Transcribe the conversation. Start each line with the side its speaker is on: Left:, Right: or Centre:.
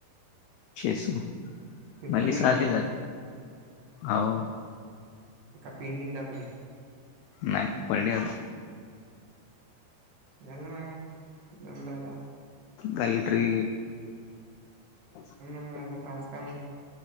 Left: छे सौ
Right: तुला
Left: म्हणले
Right: पडले
Left: सहाशे
Right: काय ते
Left: झाले हो.
Right: ते का पेंडिंग दाखवते.
Left: नाही पडली आ
Right: गल्लमा कदम लादा.
Left: दल टरी. <inaudible>
Right: म आता आज काम नाही?